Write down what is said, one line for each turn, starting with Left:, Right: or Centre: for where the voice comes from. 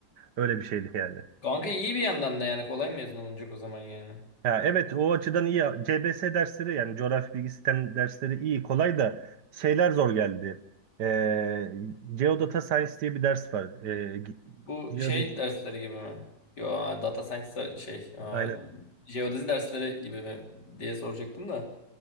Right: Öyle bir şeydi yani.
Left: Kanka iyi bir yandan da yani kolay mezun olunacak o zaman yani.
Right: Ha, evet o açıdan iyi. CBS dersleri yani coğrafya bilgi sistem dersleri iyi kolay da şeyler zor geldi. Ee, Geodata Science diye bir ders var. Ee, ge-
Left: Bu
Right: geodezi,
Left: şey dersleri gibi mi? Yo aa, data science şey aa,
Right: aynen.
Left: jeodezi dersleri gibi mi diye soracaktım da.